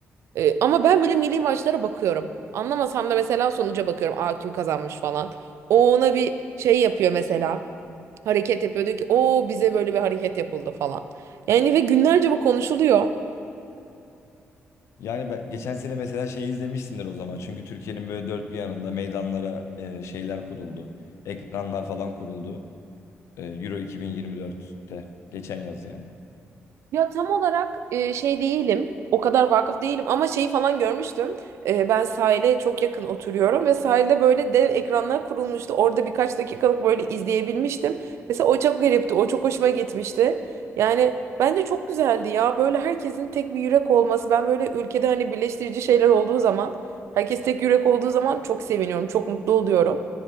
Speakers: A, on the right (about 80°); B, on the left (about 80°).
A: Ee, ama ben böyle milli maçlara bakıyorum. Anlamasam da mesela sonuca bakıyorum. Aa kim kazanmış falan. O ona bir şey yapıyor mesela. Hareket yapıyor diyor ki o bize böyle bir hareket yapıldı falan. Yani ve günlerce bu konuşuluyor.
B: Yani ben geçen sene mesela şeyi izlemişsindir o zaman. Çünkü Türkiye'nin böyle dört bir yanında meydanlara e, şeyler kuruldu. Ekranlar falan kuruldu. Ee, Euro 2024'te. Geçen yaz yani.
A: Ya tam olarak e, şey değilim. O kadar vakıf değilim ama şeyi falan görmüştüm. E, ben sahile çok yakın oturuyorum ve sahilde böyle dev ekranlar kurulmuştu. Orada birkaç dakikalık böyle izleyebilmiştim. Mesela o çok garipti. O çok hoşuma gitmişti. Yani bence çok güzeldi ya. Böyle herkesin tek bir yürek olması. Ben böyle ülkede hani birleştirici şeyler olduğu zaman, herkes tek yürek olduğu zaman çok seviniyorum, çok mutlu oluyorum.